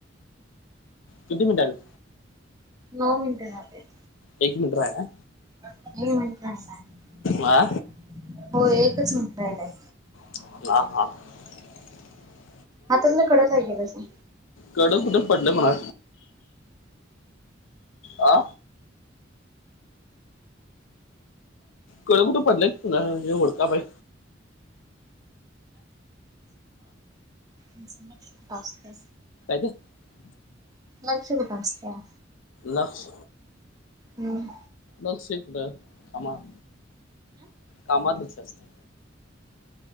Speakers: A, on the left; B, on the right.
A: किती मिनिटाच
B: नऊ मिनट झालेत
A: एक मिनिट राहिलाय
B: एक मिनिट राहिलाय
A: हा
B: हो एकच मिनिटं राहिलाय
A: <unintelligible>
B: हातातलं कड काय केलं सांग.
A: कड कुठे पडलं म्हणा आ कड कुठं पडलं हुडकाय पाहि
B: <inaudible> <inaudible> असतं
A: <inaudible>
B: लक्ष कुठं असतया.
A: लक्ष
B: हम्म
A: लक्ष कुठं कामात कामात लक्ष असतं.